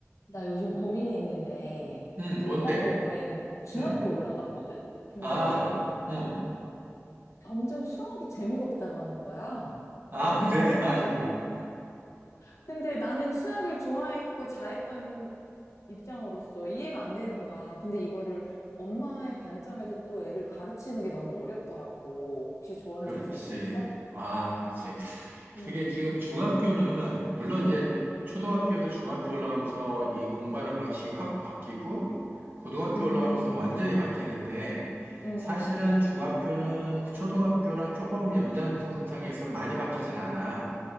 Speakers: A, on the left; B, on the right.
A: 나 요즘 고민이 있는데,
B: 음,
A: 우리
B: 뭔데?
A: 딸이 요번에 중학교
B: 음,
A: 올라갔거든? 근데
B: 아, 응.
A: 점점 수학이 재미가 없다고 하는 거야.
B: 아, 그래? <laughs> 아이고.
A: 근데 나는 수학을 좋아했고 잘했던 입장으로서 이해가 안 되는 거야. 근데 이거를 엄마의 관점에서 또 애를 가르치는 게 너무 어렵더라고. 혹시 조언
B: 그렇지.
A: 좀 줄 수 있어?
B: 아, 그렇지.
A: 응,
B: 그게 지금 중학교는, 물론
A: 응,
B: 이제 초등학교에서 중학교 올라가면서 이 공부하는 방식이 확 바뀌고, 고등학교
A: 응,
B: 올라가면서 완전히 바뀌는데,
A: 응.
B: 사실은 중학교는 그 초등학교랑 조금 연장선상에서 많이 바뀌진 않아.